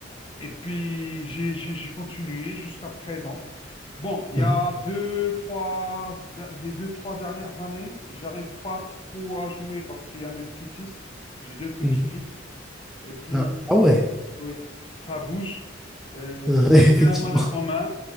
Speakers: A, on the left; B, in the centre.
A: Et puis, j'ai j'ai- j'ai continué jusqu'à présent. Bon, il
B: uhum,
A: y a deux, trois, des deux, trois dernières années, j'arrive pas trop à jouer parce qu'il y a mes petits-fils. J'ai deux petits-fils.
B: mhm.
A: Et puis,
B: Ah, ah ouais,
A: oui, ça bouge. Euh,
B: Uhum, <laughs>
A: dès que
B: effectivement.
A: j'ai la manette en main,